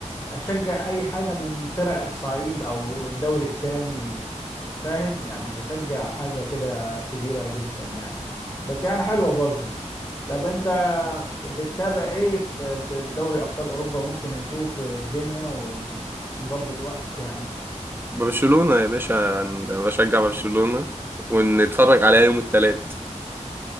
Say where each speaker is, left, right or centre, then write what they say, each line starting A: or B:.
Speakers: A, on the left (about 20°); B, on the right (about 15°).
A: اشجع اي حاجة من فرق الصعيد او الدوري التاني فاهم؟ يعني مش هشجع حاجة كده كبيرة جدا يعني بس يعني حلوة برضه طب انت بتتابع ايه في دوري ابطال اوروبا ممكن نشوف الدنيا ونظبط وقت يعني
B: برشلونة يا باشا انا بشجع برشلونة ونتفرج عليها يوم الثلاث